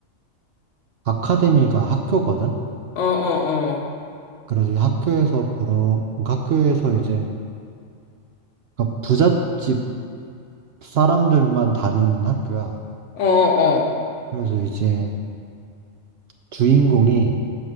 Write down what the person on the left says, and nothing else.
어, 어, 어,
어, 어, 어.